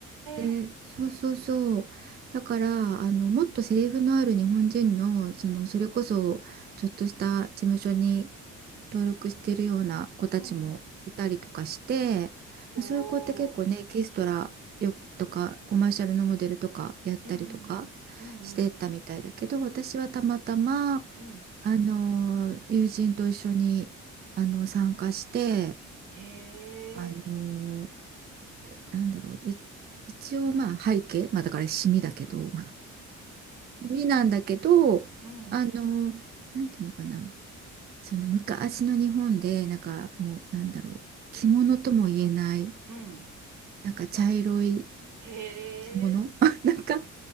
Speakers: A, on the right; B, on the right.
A: で、
B: え、
A: そうそうそう。だからあのもっとセリフのある日本人の、そのそれこそちょっとした事務所に登録してるような子たちもいたりとかして、
B: うんうん。おお、
A: まあ、そういう子って結構ねエキストラよとかコマーシャルのモデルとかやったりとか
B: うんうんうん、
A: してたみたいだけど私はたまたま
B: うんうん、うん。
A: あの友人と一緒にあの参加して。
B: へ
A: あの
B: え、
A: なんだろう、い、一応まあ背景、まあだからシミだけど、シミなんだけど、
B: うん、
A: あの、なんていうのかな、その昔の日本で、なんかもう、なんだろう、着物とも言えない、
B: うん。
A: なんか茶色い
B: へ
A: 着物
B: え、
A: <laughs> なんか、